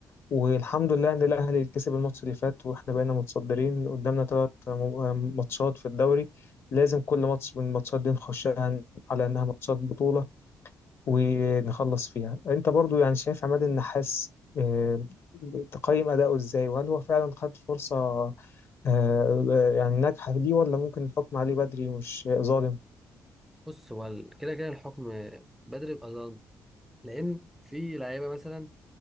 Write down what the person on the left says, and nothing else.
والحمد لله إن الأهلي كسب الماتش اللي فات وإحنا بقينا متصدرين قدامنا ثلاث ماتشات في الدوري لازم كل ماتش من الماتشات دي نخشها على إنها ماتشات بطولة ونخلص فيها انت برضو يعني شايف عماد النحاس آه، تقيم أداؤه إزاي وهل هو فعلا خد فرصة آه، آه، يعني ناجحة ليه ولا ممكن الحكم عليه بدري مش ظالم